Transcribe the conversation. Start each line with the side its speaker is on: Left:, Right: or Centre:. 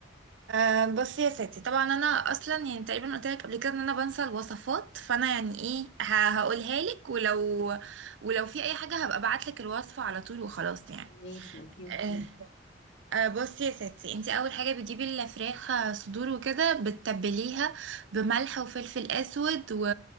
Right: آه بصي يا ستي طبعا انا اصلا يعني تقريبا قلت لك قبل كده ان انا بنسى الوصفات فانا يعني ايه ه- هقولها لك ولو ولو في اي حاجة هبقى ابعت لك الوصفة على طول وخلاص يعني
Left: ماشي اوكي اوكي
Right: آه، آه، بصي يا ستي انت اول حاجه بتجيبي الفراخ آه، صدور وكده بتتبليها بملح وفلفل اسود و...